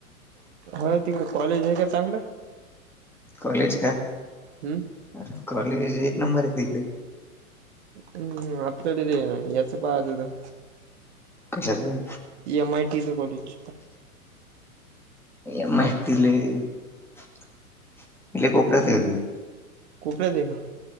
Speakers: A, on the right (about 45°); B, in the centre.
A: हा तिकडे कॉलेज आहे का चांगला?
B: कॉलेज का?
A: हम्म.
B: अरे कॉलेज एक नंबर आहेत इकडे.
A: हम्म आता तिथे येणार यायचा पाहात होतं.
B: कशाला
A: एम आय टी चा कॉलेज.
B: एम आय टी लय कोपऱ्यात येते.
A: कोपऱ्यात आहे का?